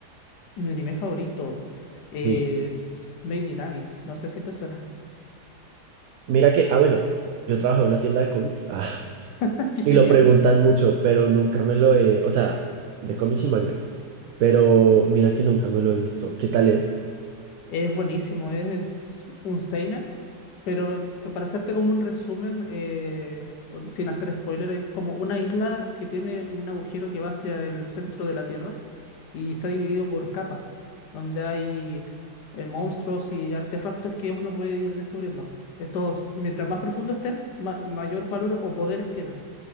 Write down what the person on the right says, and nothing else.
Sí.
Mira que, ah, bueno, yo trabajo en una tienda de cómics ah, <laughs>
y lo preguntan mucho, pero nunca me lo he, o sea, de cómics y mangas, pero mira que nunca me lo he visto. ¿Qué tal es?